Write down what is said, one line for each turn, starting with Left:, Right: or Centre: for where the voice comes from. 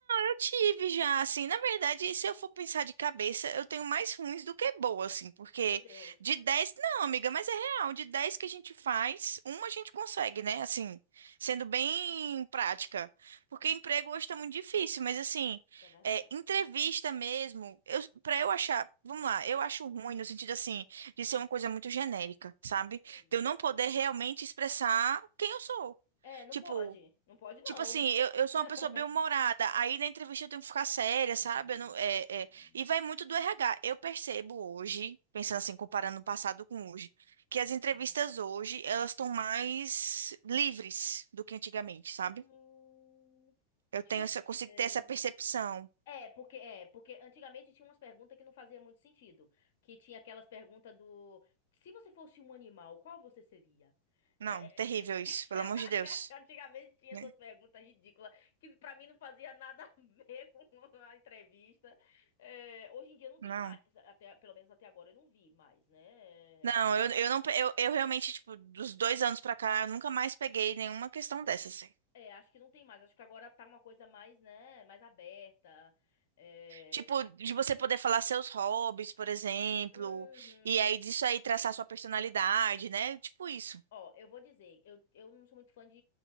Right: Eu tive já, assim, na verdade, se eu for pensar de cabeça, eu tenho mais ruins do que boas assim, porque
Left: Meu Deus.
Right: de 10 não, amiga, mas é real, de 10 que a gente faz, uma a gente consegue, né? Assim, sendo bem prática. Porque emprego hoje tá muito difícil, mas assim,
Left: Isso é verdade.
Right: é, entrevista mesmo, eu, pra eu achar, vamos lá, eu acho ruim
Left: Uhum.
Right: no sentido, assim, de ser uma coisa muito genérica, sabe?
Left: Hum.
Right: De eu não poder realmente expressar quem eu sou.
Left: É, não
Right: Tipo,
Left: pode. Não pode, não.
Right: Tipo assim, eu, eu sou
Left: <laughs>
Right: uma pessoa bem humorada, aí na entrevista eu tenho que ficar séria, sabe?
Left: Uhum.
Right: Eu não- é,
Left: Uhum.
Right: é, e vai muito do RH. Eu percebo hoje, pensando assim, comparando o passado com hoje, que as entrevistas
Left: Uhum.
Right: hoje, elas estão mais livres do que antigamente, sabe?
Left: Hum,
Right: Eu
Left: deixa
Right: tenho
Left: eu
Right: essa, eu consigo
Left: ver.
Right: ter essa percepção.
Left: É, porque é, porque antigamente tinha umas perguntas que não fazia muito sentido, que tinha aquelas perguntas do se você fosse um animal, qual você seria?
Right: Não,
Left: É,
Right: terrível
Left: é,
Right: isso, pelo
Left: <laughs>
Right: amor de Deus,
Left: Antigamente tinha
Right: né?
Left: essas perguntas ridículas que pra mim não fazia nada a ver <laughs> com a entrevista. É, hoje em dia não
Right: Não.
Left: tem mais, até, pelo menos até agora eu não vi mais, né?
Right: Não,
Left: É, Acho que,
Right: eu, eu não, pe- eu, eu realmente, tipo, dos dois anos pra cá, eu nunca mais peguei nenhuma questão dessa, assim.
Left: é, acho que não tem mais. Acho que agora tá uma coisa mais, né, mais aberta. É...
Right: Tipo, de você poder falar seus hobbies, por exemplo,
Left: uhum.
Right: e aí disso aí traçar sua personalidade, né? Tipo isso.
Left: Ó, eu vou dizer, eu, eu não sou muito fã de